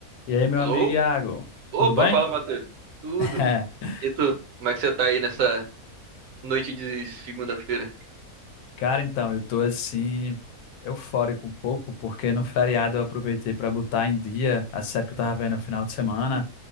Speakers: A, on the left; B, on the right.
A: E aí, meu
B: Alô?
A: amigo Iago,
B: Opa,
A: tudo bem?
B: fala, Tudo Matheus. bem? Tudo?
A: <laughs>
B: E tu? Como é que você tá aí nessa noite de segunda-feira?
A: Cara, então, eu tô assim, eufórico um pouco, porque no feriado eu aproveitei pra botar em dia a série que eu tava vendo no final de semana.